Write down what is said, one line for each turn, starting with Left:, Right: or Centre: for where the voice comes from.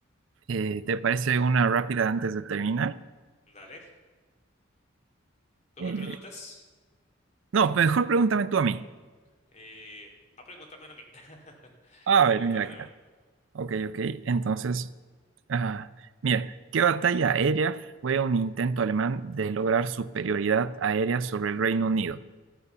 Right: eh, ¿te parece una rápida antes de terminar?
Left: dale. ¿Tú
Right: Eh,
Left: me preguntas?
Right: No, pues, mejor pregúntame tú a mí.
Left: Eh, ah, pregúntame a mí. <laughs>
Right: A
Left: Pregúntame
Right: ver, mira acá.
Left: a mí.
Right: Ok, ok. Entonces, ah, mira, ¿qué batalla aérea fue un intento alemán de lograr superioridad aérea sobre el Reino Unido?